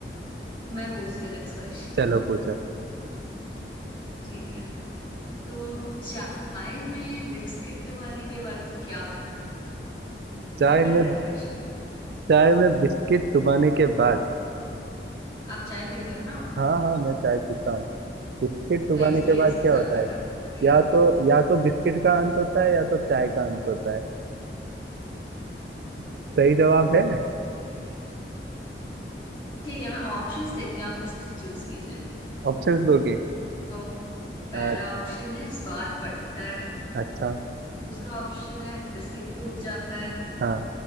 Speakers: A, on the left (about 25°); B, on the right (about 65°).
A: मैं पूछती हूँ नेक्स्ट क्वेश्चन
B: चलो पूछो
A: ठीक है तो चाय में बिस्किट डुबाने के बाद क्या होता
B: चाय
A: है ओपन
B: में
A: एंडेड क्वेश्चन है
B: चाय में बिस्किट डुबाने के बाद
A: आप चाय पीते हो ना
B: हाँ हाँ मैं चाय पीता हूँ बिस्किट डुबाने
A: तो एक्सपीरियंस
B: के बाद
A: तो
B: क्या
A: सबने
B: होता है
A: कर रहा ही
B: या
A: होगा
B: तो या तो बिस्किट का अंत होता है या तो चाय का अंत होता है सही जवाब है
A: ठीक ठीक है मैं ऑप्शंस देती हूँ आप इसमें से चूज कीजिए
B: ऑप्शंस दोगे
A: तो पहला
B: अ-
A: ऑप्शन है स्वाद बढ़ता है
B: अच्छा
A: दूसरा ऑप्शन है बिस्किट टूट जाता है
B: हाँ